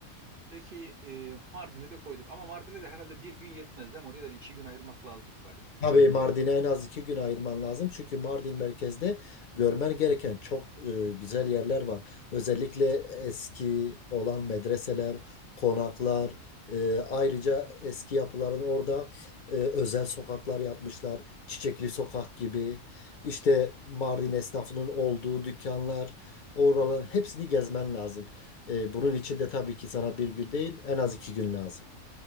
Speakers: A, on the right (about 55°); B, on the left (about 55°).
A: Peki e, Mardin'i de koyduk ama Mardin'e de herhalde bir gün yetmez değil mi? Oraya da bir iki gün ayırmak lazım galiba.
B: Tabii Mardin'e en az iki gün ayırman lazım. Çünkü Mardin merkezde görmen gereken çok e, güzel yerler var. Özellikle eski olan medreseler, konaklar, e, ayrıca eski yapıların orada e, özel sokaklar yapmışlar. Çiçekli sokak gibi. İşte Mardin esnafının olduğu dükkanlar, oraların hepsini gezmen lazım. E, bunun için de tabii ki sana bir gün değil, en az iki gün lazım.